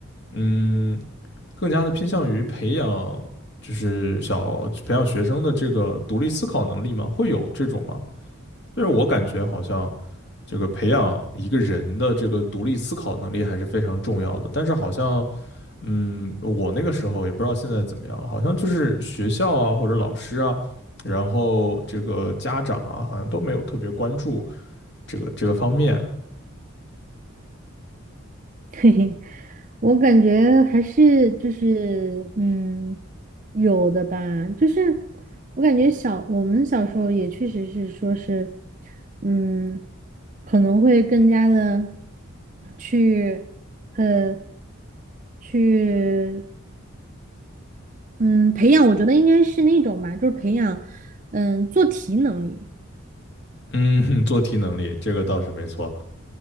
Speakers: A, on the left (about 50°); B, on the right (about 35°).
A: 嗯，更加的偏向于培养就是小培养学生的这个独立思考能力嘛，会有这种吗？就是我感觉好像。这个培养一个人的这个独立思考能力还是非常重要的。但是好像，嗯，我那个时候也不知道现在怎么样，了，好像就是学校啊或者老师啊，然后这个家长啊，好像都没有特别关注这个这个方面。
B: <laughs> 嘿嘿，我感觉还是就是嗯，有的吧，就是我感觉小我们小时候也确实是说是，嗯，可能会更加的去呃去嗯培养，我觉得应该是那种吧，就是培养嗯做题能力，
A: 嗯，<laughs> 做题能力这个倒是没错，